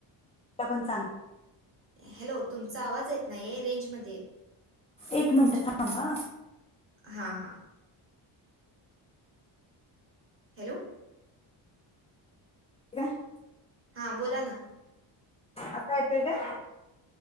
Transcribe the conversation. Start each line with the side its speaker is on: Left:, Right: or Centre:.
Left: त्या पण चांग-
Right: हॅलो तुमचा आवाज येत नाहीय. रेंजमध्ये
Left: एक मिनिट
Right: रेंज
Left: थांबा
Right: हां हां. हॅलो?
Left: <inaudible>
Right: हां बोला ना.
Left: आता येतोय काय?